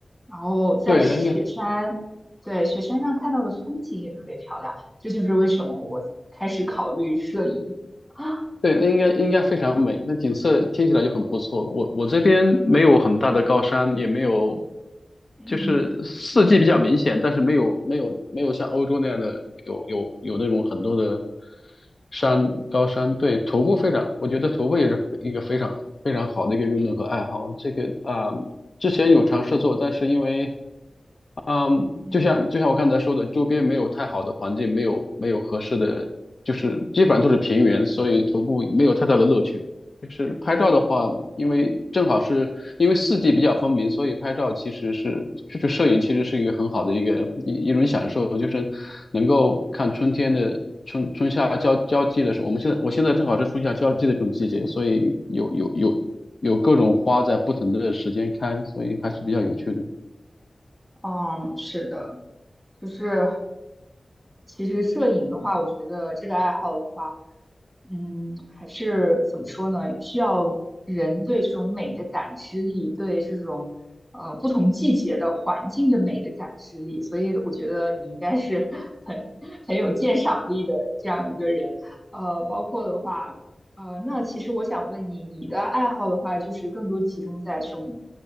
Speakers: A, in the centre; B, on the left.
A: 然后在雪山，
B: 对，那应该。
A: 对雪山上看到的风景也特别漂亮，这就是为什么我开始考虑摄影。<laughs>
B: 对，那应该应该非常美，那景色听起来就很不错。我我这边没有很大的高山，也没有，
A: <gasps> 嗯
B: 就是四季比较明显，但是没有没有没有像欧洲那样的有有有那种很多的山高山。对，徒步非常，我觉得徒步也是一个非常非常好的一个运动和爱好。这个啊、之前有尝试做，但是因为嗯，
A: 嗯。
B: 就像就像我刚才说的，周边没有太好的环境，没有没有合适的，就是基本上都是平原，所以徒步没有太大的乐趣。就是拍照的话，因为正好是因为四季比较分明，所以拍照其实是就是摄影其实是一个很好的一个一一种享受，就是能够看春天的春春夏交交际的时候，我们现在我现在正好是春夏交际的这种季节，所以有有有有各种花在不同的时间开，所以还是比较有趣的。
A: 嗯，是的，就是其实摄影的话，我觉得这个爱好的话，嗯，还是怎么说呢？需要人对这种美的感知力，对这种呃不同季节的环境的美的感知力，所以我觉得你应该是 <laughs> 很很有鉴赏力的这样一个人。呃，包括的话，呃，那其实我想问你，你的爱好的话，就是更多集中在这种